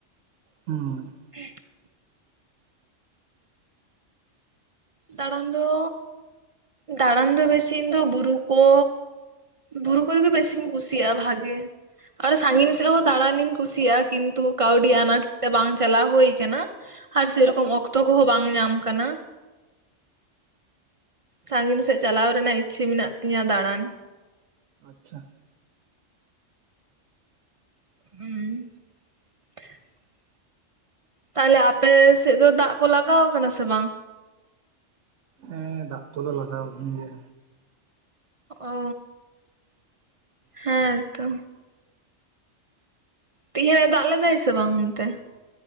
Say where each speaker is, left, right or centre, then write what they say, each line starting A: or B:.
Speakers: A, on the right; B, on the right.
A: ᱦᱩᱸ
B: <inaudible> ᱫᱟᱬᱟᱱ ᱫᱚ ᱫᱟᱬᱟᱱ ᱫᱚ ᱵᱮᱥᱤ ᱤᱧᱫᱚ ᱵᱩᱨᱩ ᱠᱚ ᱵᱩᱨᱩ ᱠᱚᱨᱮᱜ ᱵᱮᱥᱤᱧ ᱠᱩᱥᱤᱭᱟᱜ-ᱟ ᱵᱷᱟᱜᱮ, ᱟᱨ ᱥᱟᱺᱜᱤᱧ ᱥᱮᱫ ᱦᱚᱸ ᱫᱟᱬᱟᱱᱤᱧ ᱠᱩᱥᱤᱭᱟᱜ-ᱟ ᱠᱤᱱᱛᱩ ᱠᱟᱹᱣᱰᱤ ᱟᱱᱟᱴ ᱛᱮ ᱵᱟᱝ ᱪᱟᱞᱟᱣ ᱦᱩᱭ ᱠᱟᱱᱟ, ᱟᱨ ᱥᱮᱨᱚᱠᱚᱢ ᱚᱠᱛᱚ ᱠᱚᱦᱚᱸ ᱵᱟᱝ ᱧᱟᱢ ᱠᱟᱱᱟ, ᱥᱟᱺᱜᱤᱧ ᱥᱮᱫ ᱪᱟᱞᱟᱣ ᱨᱮᱱᱟᱜ ᱤᱪᱪᱷᱟᱹ ᱢᱮᱱᱟᱜ ᱛᱤᱧᱟᱹ ᱫᱟᱬᱟᱱ᱾
A: ᱟᱪᱪᱷᱟ,
B: <inaudible> ᱛᱟᱦᱚᱞᱮ ᱟᱯᱮ ᱥᱮᱫ ᱫᱚ ᱫᱟᱜ ᱠᱚ ᱞᱟᱜᱟᱣ ᱠᱟᱱᱟ ᱥᱮ ᱵᱟᱝ?
A: ᱦᱮᱸ ᱫᱟᱜ ᱠᱚᱫᱚ ᱞᱟᱜᱟᱣ ᱟᱠᱟᱱ ᱜᱮᱭᱟ᱾
B: ᱚᱻ ᱦᱮᱸ ᱛᱚ, ᱛᱤᱦᱮᱧ ᱮ ᱫᱟᱜ ᱞᱮᱫᱟᱭ ᱥᱮ ᱵᱟᱝ ᱚᱱᱛᱮ?